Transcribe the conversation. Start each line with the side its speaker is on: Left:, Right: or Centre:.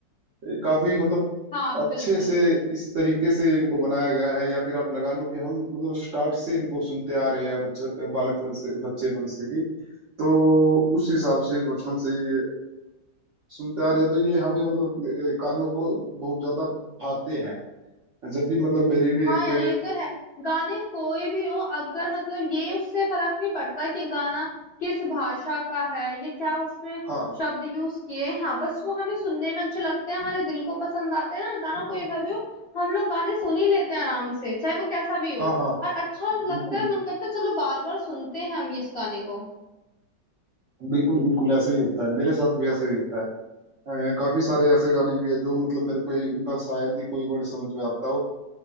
Right: काफी मतलब
Left: हाँ,
Right: अच्छे
Left: बिल्कुल।
Right: से इस तरीके से इनको बनाया गया है या फिर आप लगा लो कि हम मतलब स्टार्ट से इनको सुनते आ रहे हैं बच्चे बालकपन से बच्चेपन से ही तो उस हिसाब से बचपन से ये सुनते आ रहे हैं तो ये हमें मतलब अ, कानों को बहुत ज्यादा भाते हैं जब भी मतलब मेरी भी
Left: हाँ
Right: एक
Left: यार, ये तो है। गाने कोई भी हो अगर मतलब ये उससे फ़र्क नहीं पड़ता कि गाना किस भाषा का है या क्या उसमें
Right: हाँ
Left: शब्द यूज़ किए हैं। हाँ, बस वो हमें सुनने में अच्छे लगते हैं, हमारे दिल को पसंद आते हैं ना, गाना कोई सा भी हो, हम लोग गाने सुन ही लेते हैं आराम से, चाहे वो कैसा भी हो
Right: हाँ
Left: और
Right: हाँ
Left: अच्छा लगता
Right: बिल्कुल
Left: है, मन करता है चलो बार-बार सुनते हैं हम इस गाने को।
Right: बिल्कुल बिल्कुल ऐसा ही होता है मेरे साथ भी ऐसा ही होता है अ, काफी सारे ऐसे गाने भी है जो मतलब मेरे को उनका शायद ही कोई वर्ड समझ में आता हो